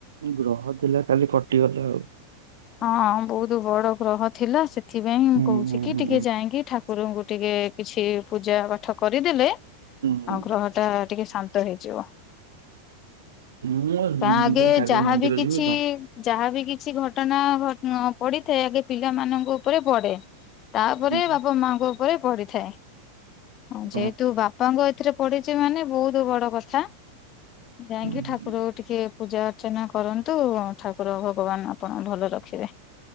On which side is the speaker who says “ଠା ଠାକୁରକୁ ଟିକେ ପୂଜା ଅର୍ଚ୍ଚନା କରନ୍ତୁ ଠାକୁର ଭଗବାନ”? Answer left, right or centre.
Left